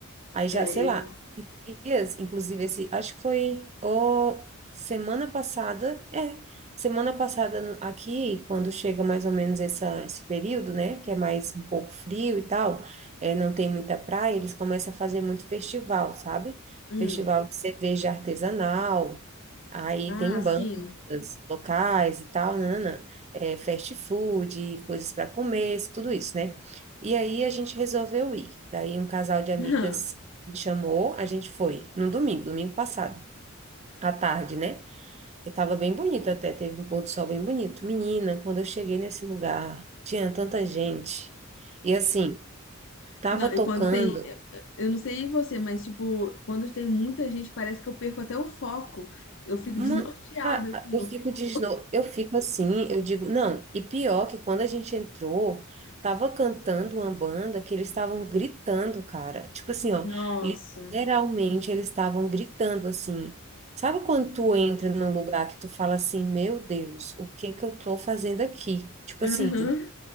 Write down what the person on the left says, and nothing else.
É,
eu.
Hum.
Ah,
sim.
<laughs>
Não,
e quando tem. Eu não sei você, mas, tipo, quando tem muita gente, parece que eu perco até o foco. Eu fico
desnorteada,
assim.
Eu
fico.
Nossa.
Aham,